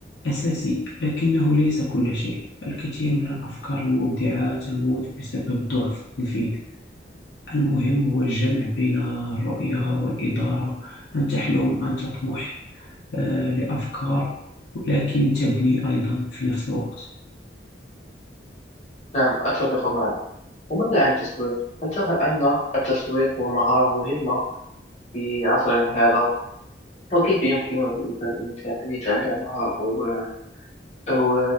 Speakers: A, on the left; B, on the left.
A: أساسي لكنه ليس كل شيء الكثير من الأفكار المبدعة تموت بسبب ضعف التنفيذ المهم هو الجمع بين الرؤية والإدارة أن تحلم أن تطمح آه، لأفكار ولكن تبني أيضا في نفس الوقت
B: نعم أتفق معك وماذا عن التسويق؟ هل ترى أن التسويق هو مهارة مهمة في عصرنا هذا وكيف يمكن للإنسان أن يت- أن يتعلمها أو أو